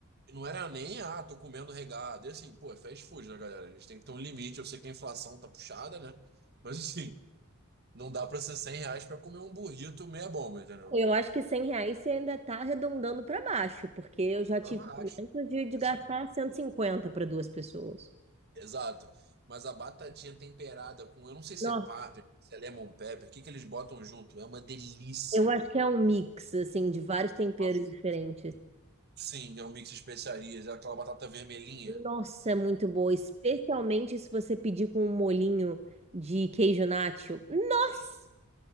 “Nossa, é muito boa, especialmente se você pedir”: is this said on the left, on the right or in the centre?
Right